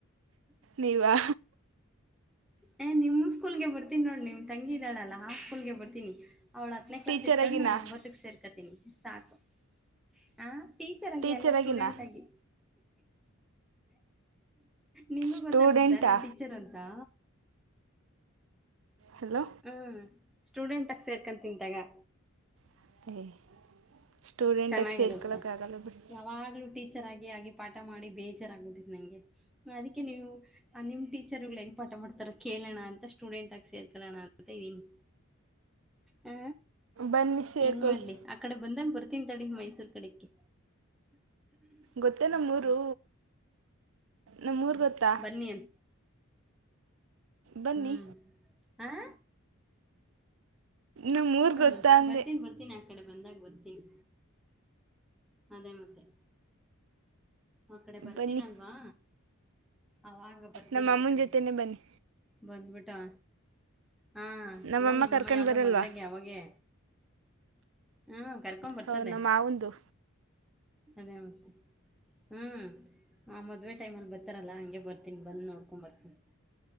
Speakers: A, on the right (about 60°); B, in the centre.
A: ನೀವಾ
B: ಏ ನಿಮ್ಮ ಸ್ಕೂಲ್ಗೆ ಬರ್ತೀನಿ ನೋಡ್ ನಿಮ್ ತಂಗಿ ಇದಾಳಲ್ಲಾ ಆ ಸ್ಕೂಲ್ಗೆ ಬರ್ತೀನಿ ಅವ್ಳು ಹತ್ತನೇ ಕ್ಲಾಸ್
A: ಟೀಚರಾಗಿನಾ
B: ಇರ್ತ್ತಾಳೆ ನಾನು ಒಂಬತ್ತಕ್ ಸೇರ್ಕೊತೀನಿ ಸಾಕು ಹಾ ಟೀಚರ್ ಆಗಿ
A: ಟೀಚರಾಗಿನಾ
B: ಅಲ್ಲ ಸ್ಟೂಡೆಂಟ್ ಆಗಿ ನಿಂಗೂ
A: ಸ್ಟೂಡೆಂಟಾ
B: ಗೊತ್ತಾಗಬಡ್ತ ನಾನ್ ಟೀಚರ್ ಅಂತಾ
A: ಹಲೋ
B: ಹ್ಮ ಸ್ಟೂಡೆಂಟ್ಕ್ ಆಗಿ ಸೇರ್ಕಂತಿನ ತಗೊ
A: <inaudible>
B: ಚೆನ್ನಾಗಿರುತ್ತೆ
A: ಸೇರ್ಕೊಳ್ಳೋಕ್ಕಾಗಲ್ಲ ಬಿಡಿ
B: ಯಾವಾಗ್ಲೂ ಟೀಚರ್ ಆಗಿ ಆಗಿ ಪಾಠ ಮಾಡಿ ಬೇಜಾರಾಗಗ್ಬಿಟ್ಟ್ತ್ ನಂಗೆ ಅದಕ್ಕೆ ನೀವು ನಿಮ್ಮ ಟೀಚರ್ಗಳು ಹೆಂಗೆ ಪಾಠ ಮಾಡ್ತಾರ ಕೇಳಿ ಇರ್ಲಿಣ ಅಂತ ಸ್ಟೂಡೆಂಟ್ ಆಗಿ ಸೇರ್ಕೊಳ್ಳೋಣ ಅಂತ ಇದ್ದೀನಿ ಹ
A: ಬನ್ನಿ ಸೇರ್ಕೊಳ್ಳಿ
B: ಹೆಂಗ್ ಮಾಡ್ಲಿ ಆ ಕಡೆ ಬಂದಂಗ ಬರ್ತೀನ್ ತಡಿ ಮೈಸೂರ್ ಕಡೆಕ್ಕೆ
A: ಗೊತ್ತಾ ನಮ್ಮೂರು ನಮ್ಮ ಊರು ಗೊತ್ತಾ
B: ಬನ್ನಿ
A: ಬನ್ನಿ
B: ಹ್ಮ್ ಆ
A: ನಮ್ಮೂರು
B: ಹ್ಮ್
A: ಗೊತ್ತಾ ಅಂದೆ
B: ಬರ್ತೀನ ಬರ್ತೀನ ಆ ಈ ಕಡೆ ಬಂದಾಗ ಬರ್ತೀವಿ ಅದೇ ಮತ್ತೆ ಆ ಕಡೆ ಬರ್ತೀನಲ್ವಾ
A: ಬನ್ನಿ
B: ಅವಾಗ ಬರ್ತೀನಿ
A: ನಮ್ಮ
B: ಆ
A: ಅಮ್ಮನ
B: ಕಡೆ
A: ಜೊತೆನೇ ಬನ್ನಿ
B: ಬಂದ್ಬಿಟ್ಟು ಹಾ
A: ನಮ್ಮಮ್ಮ
B: ಓ ನಿಮ್ಮಮ್ಮ
A: ಕರ್ಕೊಂಡು
B: ಯಾವ್ದೋ
A: ಬರಲ್ವಾ
B: ಮದ್ವೆೆಗೆ ಅವಾಗೆ ಹಾ ಕರ್ಕೊ ಬರ್ತದೆ
A: ಹೋ ನಮ್ಮ ಮಾವಂದು
B: ಅದೇ ಮತ್ತೆ ಹೂ ಮದುವೆ ಟೈಮಲ್ಲಿ ಬರ್ತಾರಲ್ಲ ಹಂಗೆ ಬರ್ತೀನಿ ಬಂದು ನೋಡ್ಕೊಂಡ್ ಬರ್ತೀನಿ